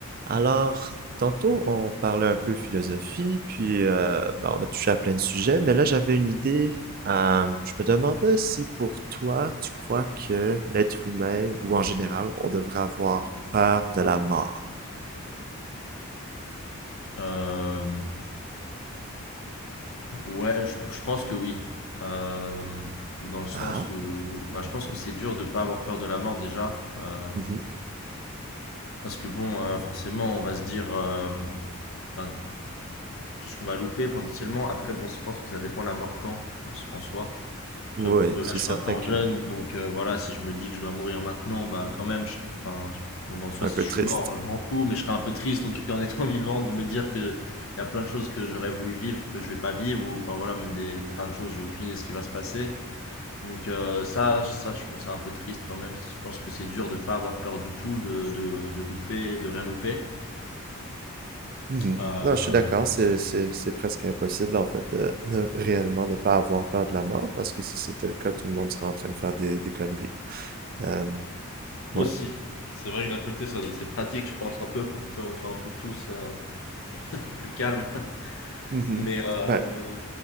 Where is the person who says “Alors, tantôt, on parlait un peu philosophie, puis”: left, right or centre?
Right